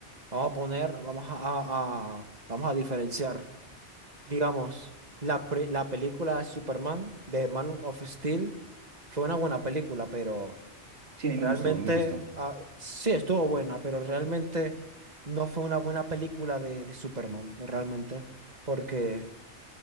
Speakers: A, on the right; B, on the right.
A: vamos a poner, vamos a, a- a- vamos a diferenciar, digamos, la, pre- la película de Superman, de Man of Steel, fue una buena película, pero
B: Sí, a
A: realmente,
B: mí me gustó, a mí me gustó.
A: ah, sí, estuvo buena, pero realmente no fue una buena película de, de Superman, realmente, porque...